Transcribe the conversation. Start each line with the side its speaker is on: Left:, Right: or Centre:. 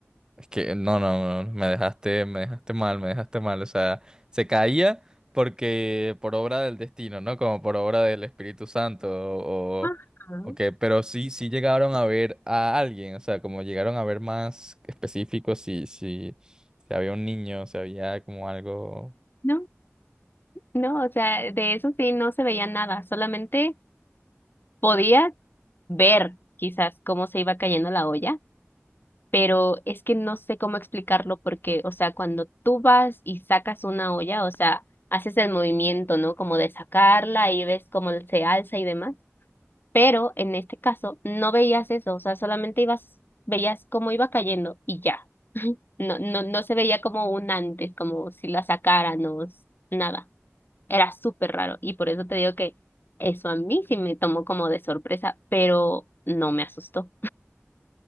Right: Es que no, no, no, no, me dejaste, me dejaste mal, me dejaste mal. O sea, se caía porque por obra del destino, ¿no? Como por obra del Espíritu Santo o,
Left: Ajá.
Right: o qué, pero sí, sí llegaron a ver a alguien, o sea, como llegaron a ver más específicos si, si, si había un niño, si había como algo,
Left: No, no, o sea, de eso sí no se veía nada, solamente podías ver quizás cómo se iba cayendo la olla, pero es que no sé cómo explicarlo porque, o sea, cuando tú vas y sacas una olla, o sea, haces el movimiento, ¿no? Como de sacarla y ves cómo se alza y demás, pero en este caso no veías eso, o sea, solamente ibas, veías cómo iba cayendo y ya. No, no, no se veía como un antes, como si la sacaran o s- nada. Era súper raro y por eso te digo que eso a mí sí me tomó como de sorpresa, pero no me asustó.